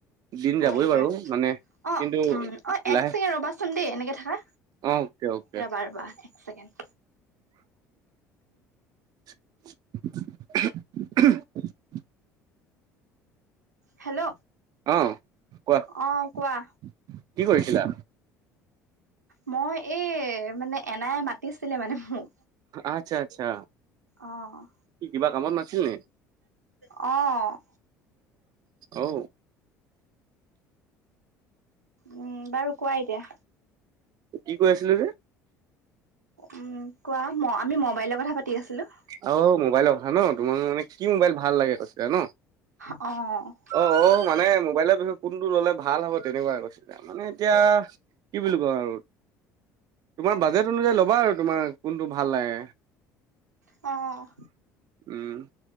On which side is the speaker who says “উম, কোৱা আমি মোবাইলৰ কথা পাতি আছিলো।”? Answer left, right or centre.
Right